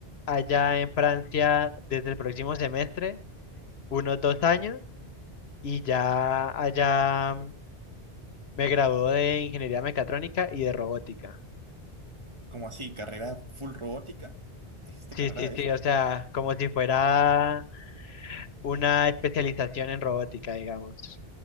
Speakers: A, on the left; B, on the right.
A: allá en Francia desde el próximo semestre, unos dos años, y ya allá me graduó de ingeniería mecatrónica y de robótica.
B: ¿Cómo así? ¿Carrera full robótica? ¿Existe
A: Sí,
B: carrera
A: sí,
B: de
A: sí,
B: eso?
A: o sea, como si fuera una especialización en robótica, digamos.